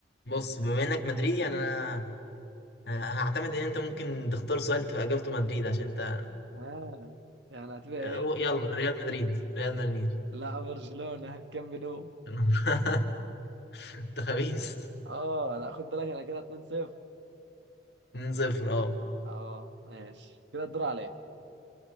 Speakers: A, on the left; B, on the right.
A: بص بما انك مدريدي يعني انا هعتمد ان انت ممكن تختار سؤال تبقى اجابته مدريد عشان انت
B: ها يعني هتبقى ايه
A: أو- يلا ريال مدريد ريال مدريد
B: لا برشلونة كامب نو
A: <laughs> انت خبيث
B: اه لا خد بالك انا كده 2-0
A: 2-0 اه
B: اه ماشي كده الدور عليا